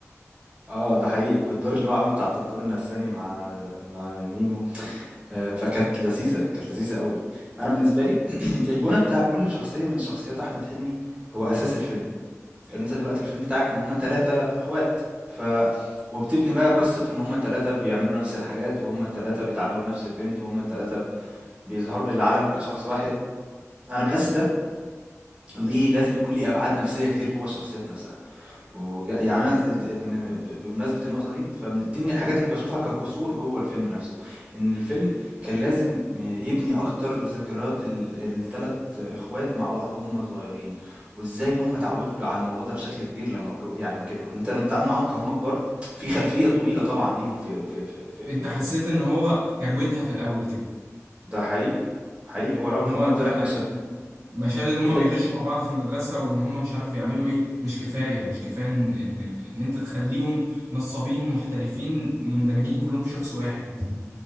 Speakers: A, on the right; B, on the right.
A: اه ده حقيقي والدور اللي هو عامل بتاع الدكتور النفساني مع مع ميمو آه، فكانت لذيذة كانت لذيذة أوي أنا بالنسبة لي <clears throat> البناء بتاع كل شخصية من شخصيات أحمد حلمي هو أساس الفيلم لأن أنت دلوقتي الفيلم بتاعك إن هما تلاتة إخوات ف وبتبني بقى قصة إن هما التلاتة بيعملوا نفس الحاجات وهما التلاتة بيتعلقوا بنفس البنت وهما التلاتة بيظهروا للعالم كشخص واحد أنا بحس ده ليه لازم يكون ليه أبعاد نفسية كتير جوّه الشخصيات نفسها. وك يعني أنا س د من ب بمناسبة النقطة دي، فدي من الحاجات اللي باشوفها كقصور جوّه الفيلم نفسه، إن الفيلم كان لازم يبني أكتر ذكريات ال ال3 إخوات مع بعض وهُم صغيرين، وإزاي هُم اتعودوا على الموضوع ده بشكل كبير لمّا ك يعني لمّا كبروا، إن أنت لمّا بتتعامل معاهم كهُم كبار في خلفية طويلة طبعًا ليهم في في في في
B: انت
A: في
B: حسيت
A: في ال
B: ان
A: في
B: هو كروتها في الاول كده
A: ده حقيقي، حقيقي هو رغم
B: اللي هو
A: إن هو
B: انت
A: ادّى لك مشا
B: مشاهد ان هم
A: اد
B: بيغشوا مع بعض في المدرسه وان هم مش عارف بيعملوا ايه مش كفايه مش كفايه ان ان ان انت تخليهم نصابين محترفين مندمجين كلهم في شخص واحد